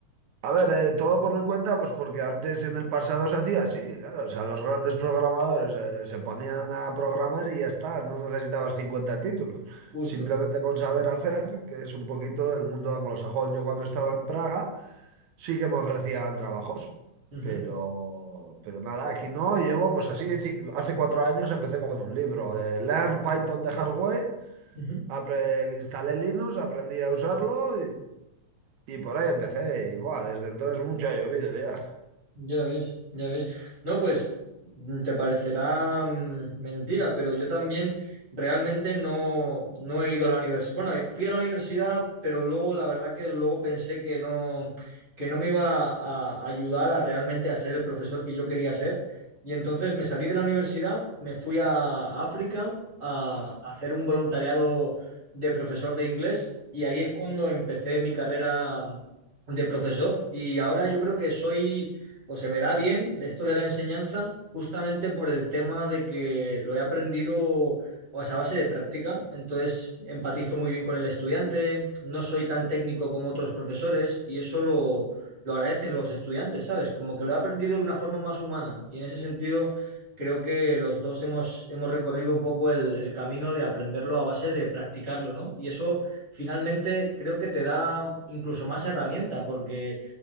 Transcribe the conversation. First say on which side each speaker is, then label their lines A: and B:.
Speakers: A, on the right; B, on the right.
A: A ver, eh, todo por mi cuenta, pues porque antes en el pasado se hacía así, claro, o sea, los grandes programadores eh, se ponían a programar y ya está, no necesitabas 50 títulos,
B: Justo.
A: simplemente con saber hacer, que es un poquito el mundo anglosajón. Yo cuando estaba en Praga sí que me ofrecían trabajos,
B: Ujú,
A: pero, pero nada, aquí no, y llevo pues así, ci- hace cuatro años empecé con un libro de Learn Python the Hard Way,
B: ujú.
A: apre- instalé Linux, aprendí a usarlo y por ahí empecé y buah, desde entonces mucho ha llovido ya.
B: Ya ves, ya ves. No, pues mm, te parecerá mm, mentira, pero yo también realmente no, no he ido a la universidad. Bueno, eh, fui a la universidad, pero luego la verdad que luego pensé que no, que no me iba a, a ayudar a realmente a ser el profesor que yo quería ser. Y entonces me salí de la universidad, me fui a África a, a hacer un voluntariado de profesor de inglés y ahí es cuando empecé mi carrera de profesor. Y ahora yo creo que soy o se me da bien esto de la enseñanza justamente por el tema de que lo he aprendido o sea, a base de práctica, entonces empatizo muy bien con el estudiante, no soy tan técnico como otros profesores y eso lo, lo agradecen los estudiantes, ¿sabes? Como que lo he aprendido de una forma más humana y en ese sentido creo que los dos hemos, hemos recorrido un poco el, el camino de aprenderlo a base de practicarlo, ¿no? Y eso finalmente creo que te da incluso más herramienta porque